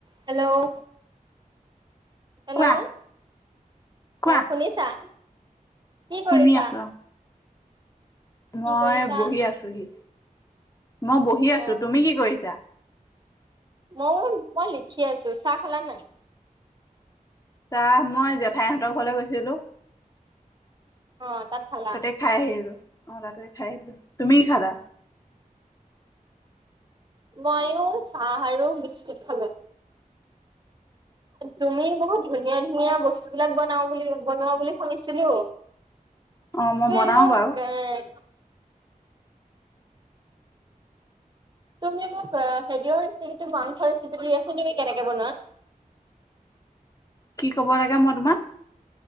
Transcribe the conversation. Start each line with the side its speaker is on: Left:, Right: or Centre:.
Right: hello? Hello
Left: কোৱা কোৱা
Right: অ, শুনিছা? কি
Left: শুনি
Right: কৰিছা?
Left: আছো অ
Right: কি
Left: মই
Right: কৰিছা
Left: বহি আছোহি, মই বহি আছো।
Right: অ
Left: তুমি কি কৰিছা?
Right: মইয়ও মই লিখি আছো। চাহ খালা নাই?
Left: চাহ মই জেঠাইহঁতৰ ঘৰলৈ গৈছিলো।
Right: অ, তাত খালা।
Left: তাতে খাই আহিলো অ, তাতে খাই আহিলো। তুমি কি খালা?
Right: মইয়ো চাহ আৰু বিস্কুট খালো। তুমি বহুত ধুনীয়া, ধুনীয়া বস্তু বিলাক বনাও বুলি বনোৱা বুলি শুনিছিলো।
Left: অ মই
Right: <unintelligible>
Left: বনাও বাৰু
Right: তুমি মোক হেৰটো মাংস ৰেচিপিটো দিয়াছোন তুমি কেনেকে বনোৱা।
Left: কি ক'ব লাগে মই তোমাৰ